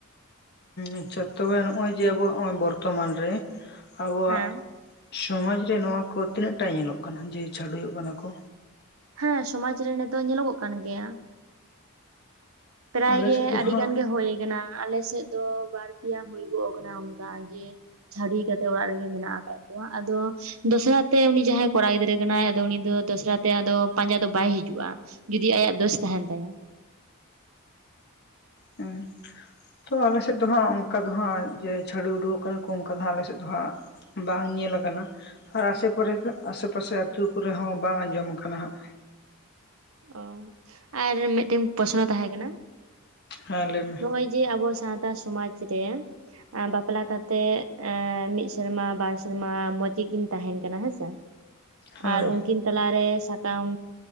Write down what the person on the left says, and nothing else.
ᱟᱪᱪᱷᱟ ᱛᱚᱵᱮ ᱱᱚᱜᱼᱚᱭ ᱡᱮ ᱟᱵᱚᱣᱟᱜ ᱵᱚᱨᱛᱚᱢᱟᱱ ᱨᱮ ᱟᱵᱚᱣᱟᱜ
ᱥᱚᱢᱟᱡᱽ ᱨᱮ ᱱᱚᱣᱟ ᱠᱚ ᱛᱤᱱᱟᱹᱜ ᱴᱟ ᱧᱮᱞᱚᱜ ᱠᱟᱱᱟ ᱡᱮ ᱪᱷᱟᱹᱰᱩᱭᱚᱜ ᱠᱟᱱᱟ ᱠᱚ
ᱟᱞᱮ
ᱥᱮᱫ ᱫᱚ
ᱦᱟᱸᱜ
ᱦᱮᱸ ᱛᱚ ᱟᱞᱮᱥᱮᱫ ᱫᱚ ᱦᱟᱸᱜ ᱚᱱᱠᱟ ᱫᱚ ᱦᱟᱸᱜ ᱡᱮ ᱪᱷᱟᱹᱰᱩᱭ ᱩᱰᱩᱠᱚᱜ ᱠᱟᱱᱟ ᱠᱚ ᱚᱱᱠᱟ ᱫᱚ ᱦᱸᱟᱜ ᱟᱞᱮᱥᱮᱫ ᱫᱚ ᱦᱟᱸᱜ ᱵᱟᱝ ᱧᱮᱞ ᱟᱠᱟᱱᱟ ᱟᱨ ᱟᱥᱮ ᱯᱚᱨᱮ ᱟᱥᱮ ᱯᱟᱥᱮ ᱟᱹᱛᱩ ᱠᱚᱨᱮ ᱦᱚᱸ ᱵᱟᱝ ᱟᱸᱡᱚᱢ ᱠᱟᱱᱟ ᱦᱟᱸᱜ
ᱦᱮᱸ ᱞᱟᱹᱭ ᱢᱮ
ᱦᱮᱸ